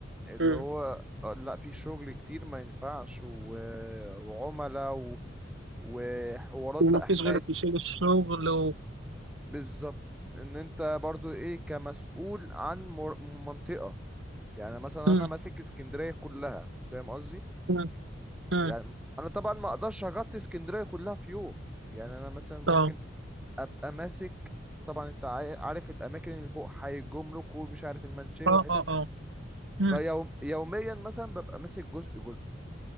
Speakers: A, in the centre; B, on the right.
A: اللي
B: مم.
A: هو آه، لا في شغل كتير ما ينفعش و... وعملاء و... وحوارات
B: ومفيش
A: بقى حماية
B: غيرك يشيل الشغل و
A: بالظبط ان انت برضو ايه كمسؤول عن مر- منطقة يعني مثلا
B: مم.
A: انا ماسك اسكندريه كلها فاهم قصدي
B: مم. مم.
A: يعني انا طبعا ما اقدرش اغطي اسكندريه كلها في يوم يعني انا مثلا ممكن
B: اه
A: ابقى ماسك طبعا انت عا- عارف الاماكن اللي فوق حي الجمرك ومش عارف المنشيه
B: اه
A: والحتت
B: اه
A: دي
B: اه مم.
A: فيوم يوميا مثلا ببقى ماسك جزء جزء